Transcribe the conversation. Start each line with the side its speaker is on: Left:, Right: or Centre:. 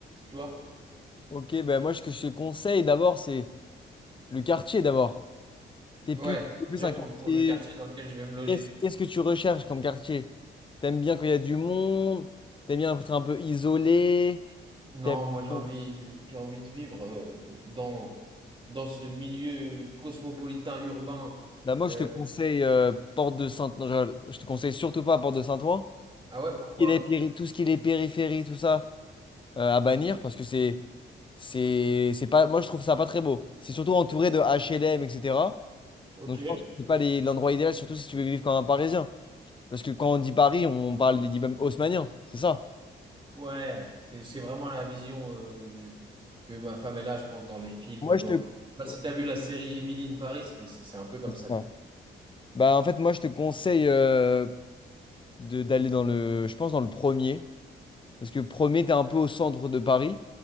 Right: tu vois?
Left: Ok, ben moi, ce que je te conseille d'abord, c'est le quartier d'abord. T'es
Right: Ouais,
Left: plus, t'es plus
Right: déjà
Left: un
Right: pour
Left: quartier.
Right: pour le quartier dans lequel je vais me loger.
Left: Qu'est-ce qu'est-ce que tu recherches comme quartier? T'aimes bien quand il y a du monde? T'aimes bien être un peu isolé?
Right: Non,
Left: T'aimes
Right: moi j'ai
Left: bien-
Right: envie, j'ai j'ai envie de vivre euh, dans, dans ce milieu cosmopolitain urbain.
Left: Bah moi,
Right: Euh,
Left: je te conseille euh, Porte de Saint... non, je rigole. Je te conseille surtout pas Porte de Saint-Ouen.
Right: Ah ouais, pourquoi?
Left: Il est péri- Tout ce qui est périphérie, tout ça, euh, à bannir parce que c'est... C'est c'est pas... Moi, je trouve ça pas très beau. C'est surtout entouré de HLM, etc.
Right: Ok.
Left: Donc, je pense que c'est pas les- l'endroit idéal, surtout si tu veux vivre comme un Parisien. Parce que quand on dit Paris, on parle des dix même haussmanniens, c'est ça?
Right: Ouais, c'est c'est vraiment la vision euh, que, je- que ma femme est là, je pense, dans les films.
Left: Moi,
Right: Dans...
Left: je te...
Right: Bah,
Left: Ouais,
Right: si t'as vu la série Emily in Paris, mais c'est c'est un peu comme
Left: c'est
Right: ça,
Left: ça.
Right: tu vois.
Left: Bah, en fait, moi, je te conseille euh, de- d'aller dans le, je pense, dans le premier. Parce que premier, t'es un peu au centre de Paris.